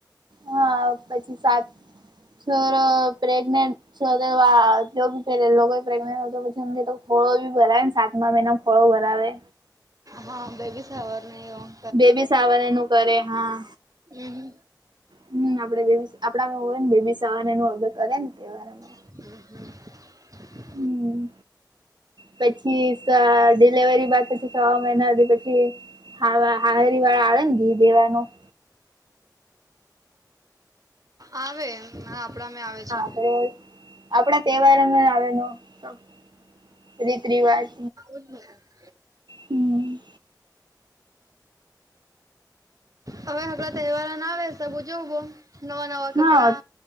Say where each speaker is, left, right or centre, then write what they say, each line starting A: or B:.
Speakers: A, on the right (about 85°); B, on the right (about 55°).
A: હા પછી સાત છોરો પ્રેગ્નેન્ટ છો વા જો બી પે લોકો પ્રેગનેન્ટ હોય તો પછીમ તો ખોળો બી ભરાવે ને સાતમા મહિનામાં ખોળો ભરાવે.
B: હા બેબીસવાર ને એવું.
A: બેબી સાવને એ નું કરે હા.
B: હમ
A: હમ આપડે બેબી આપડા હોય ને બેબી સવા એ અર્ગર કરે ને તહેવારમાં?
B: હમ હમ
A: હમ પછી ડિલિવરી બા પછી સવા મહિના પછી હ હાહરી વાળા આવે ને ઘી દેવાનું.
B: આવે આપણામે આવે છે.
A: એ આપણા તહેવારમાં આવે ન રીત રિવાજ
B: હ
A: હમ
B: હવે હળ તહેવાર ના આવે ત બ જોવું બો નવા નવા કપડા
A: હા